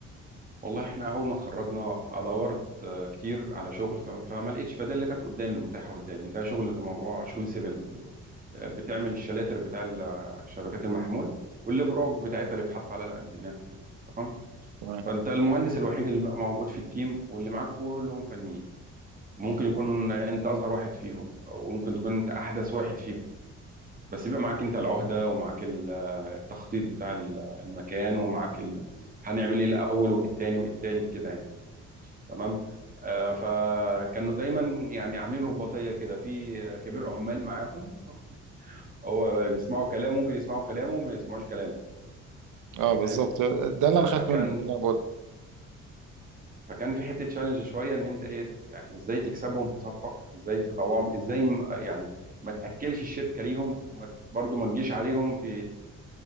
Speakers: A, on the right; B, on the right.
A: والله احنا اول ما اتخرجنا دورت آه، كتير على شغل تمام فما لقيتش فده اللي كانت قدامي المتاحه قدامي ده شغل الموضوع شغل سيفل آه، بتعمل الشلاتر بتاع ال- آه، شبكات المحمول والابراج بتاعتها اللي بتحط على الانترنت وكده تمام
B: تمام
A: فانت المهندس الوحيد اللي بقى موجود في التيم واللي معاك كلهم فنيين وممكن يكون انت اصغر واحد فيهم او ممكن تكون انت احدث واحد فيهم بس بيبقى معاك انت العهده ومعاك ال- آه، التخطيط بتاع ال- آه، المكان ومعاك ال... هنعمل ايه الاول وايه التاني وايه التالت كده يعني تمام آه، فكانوا دايما يعني عاملين رباطيه كده في آه، كبير عمال معاهم <laughs> هو بقى بيسمعوا كلامه ممكن يسمعوا كلامه وما يسمعوش كلامك انت
B: اه
A: فاهم
B: بالظبط ده اللي انا
A: آه،
B: خايف
A: فكان
B: منه ده اللي انا بقول لك
A: فكان في حته تشالنج شويه ان انت ايه ت- يعني ازاي تكسبهم في صفك ازاي تطوعهم ازاي م- يعني ما تاكلش الشركه ليهم وما برضه ما تجيش عليهم في